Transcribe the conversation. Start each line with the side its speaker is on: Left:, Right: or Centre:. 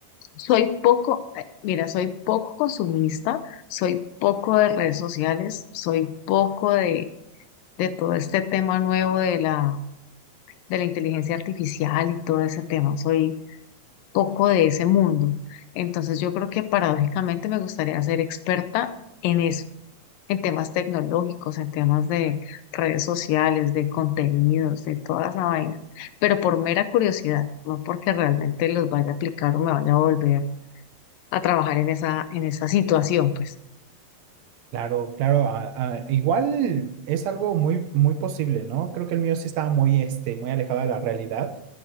Left: soy poco, eh, mira, soy poco consumista, soy poco de redes sociales, soy poco de, de todo este tema nuevo de la de la inteligencia artificial y todo ese tema. Soy poco de ese mundo. Entonces yo creo que paradójicamente me gustaría ser experta en eso, en temas tecnológicos, en temas de redes sociales, de contenidos, de toda esa vaina. Pero por mera curiosidad, no porque realmente los vaya a aplicar o me vaya a volver a trabajar en esa, en esa situación, pues.
Right: Claro, claro. a- a- igual es algo muy, muy posible, ¿no? Creo que el mío sí estaba muy, este, muy alejado de la realidad